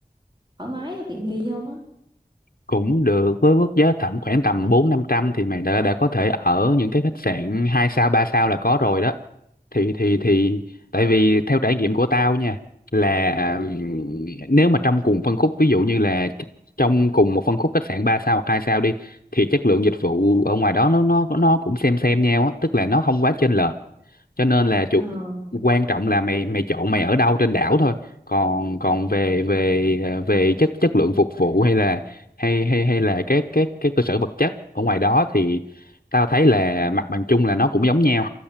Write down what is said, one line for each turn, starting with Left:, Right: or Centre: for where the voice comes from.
Right: thoải mái tiện nghi không á?
Left: cũng được với mức giá tầm khoảng tầm bốn năm trăm thì mày đã đã có thể ở những cái khách sạn hai sao ba sao là có rồi đó thì thì thì tại vì theo trải nghiệm của tao nha là ừm, nếu mà trong cùng phân khúc ví dụ như là trong cùng một phân khúc khách sạn 3 sao hoặc 2 sao đi thì chất lượng dịch vụ ở ngoài đó nó nó nó cũng xem xem nhau á tức là nó không quá chênh lệch cho nên là chủ,
Right: Ờ,
Left: quan trọng là mày mày chọn mày ở đâu trên đảo thôi còn còn về về à, về chất chất lượng phục vụ hay là hay hay hay là các các các cơ sở vật chất ở ngoài đó thì tao thấy là mặt bằng chung là nó cũng giống nhau